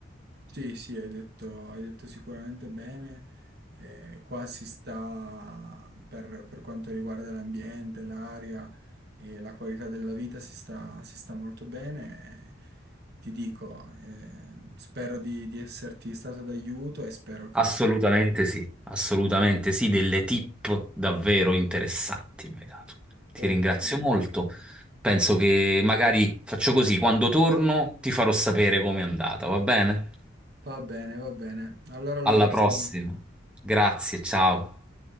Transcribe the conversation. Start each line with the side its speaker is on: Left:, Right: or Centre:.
Right: Sì, sì, hai detto, hai detto sicuramente bene. Eh, qua si sta, per, per quanto riguarda l'ambiente, l'aria e la qualità della vita, si sta, si sta molto bene. Eh, Ti dico, eh, spero di, di esserti stato d'aiuto e spero che...
Centre: Assolutamente sì, assolutamente sì, delle tip davvero interessanti mi hai dato. Ti
Right: Ok,
Centre: ringrazio molto. Penso che magari faccio così, quando torno ti farò sapere com'è andata, va bene?
Right: va bene, va bene. Allora alla
Centre: Alla
Right: prossima.
Centre: prossima. Grazie, ciao.